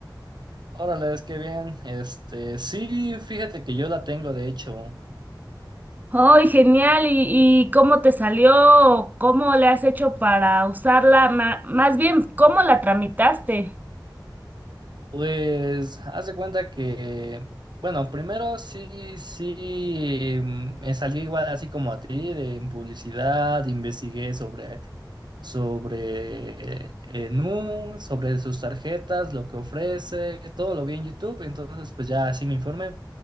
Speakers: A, on the right; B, on the right.
A: Órale, es que bien. Este, sí, fíjate que yo la tengo, de hecho.
B: ¡Ay, genial! ¿Y, y cómo te salió? ¿Cómo le has hecho para usarla? Ma- más bien, ¿cómo la tramitaste?
A: Pues, haz de cuenta que, bueno, primero sí, sí, mm, me salí igual así como a ti, de en publicidad, investigué sobre, sobre eh, Nu, sobre sus tarjetas, lo que ofrece, todo lo vi en YouTube, entonces pues ya así me informé.